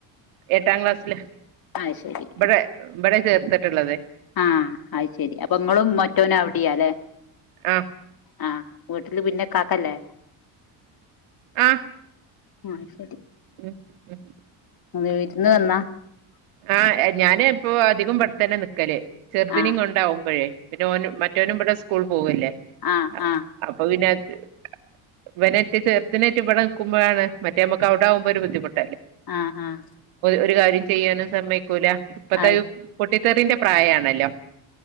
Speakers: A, on the right (about 80°); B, on the left (about 45°).
A: എട്ടാം ക്ലാസില്
B: അത് ശരി
A: ഇവിടെ ഇവിടെ ചേർത്തിട്ടുള്ളത്.
B: ആ അത് ശെരി അപ്പൊ നിങ്ങളും മറ്റോനും അവിടെയാല്ലെ
A: ആ
B: ആ വീട്ടില് പിന്നെ കാക്കല്ലേ
A: ആ
B: ആഹ് ശരി
A: ഉം ഉം
B: അതെ വീരുന്ന വന്നാ
A: ആ ഞാൻ ഇപ്പൊ അധികം ഇപെട്ട തന്നെ നിക്കൽ ചെറുതിന
B: ആഹ്
A: കേണ്ടാവുമ്പോഴേ പിന്നെ ഓന മറ്റോനും ഇവിടെ സ്കൂളിപോവല്ലേ
B: ആഹ്
A: അ
B: ആഹ്
A: അപ്പൊ പിന്നെ അത് ഇവനെ ഇട്ടിട് ചെറുതിനനായിറ്റ് ഇവിടെ നിക്കുമ്പോഴാണ് മറ്റേ നമ്മുക്ക് അവിടെ ആവുമ്പോ ഒരു ബുദ്ധിമുട്ട്
B: ആഹ് ആഹ്
A: ഒരു കാര്യം ചെയ്യാനും സമ്മയക്കൂല ഇപ്പത്തെ
B: അത്
A: ഒ പൊട്ടിത്തെറിന്റെ പ്രായമാണല്ലോ